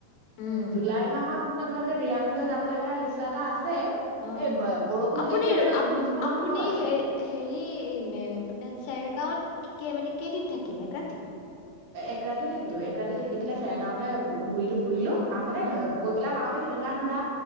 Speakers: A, on the left; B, on the right.
A: উম।
B: এ জুলাই মাহত। ভাবি ৰিয়াংলৈ যাবলৈ এটা ইচ্ছা এটা আছে
A: অ
B: এই ব- বৰষুণ
A: আপুনি
B: দিলে কিন্তু এনেকুৱা ভূমিস্খলন
A: আপুনি
B: হয়
A: হ হেৰি আপোনাৰ চেৰগাঁৱত ক মানে কেইদিন থাকিলে একাটি
B: এক ৰাতি থাকিলো এক ৰাতি থাকি পেলাই চেৰেগাঁওতে ঘূৰিলো ফুৰিলো আ মানে
A: অ'।
B: গৈ পেলা পাওঁতে সেইদিনা ধৰা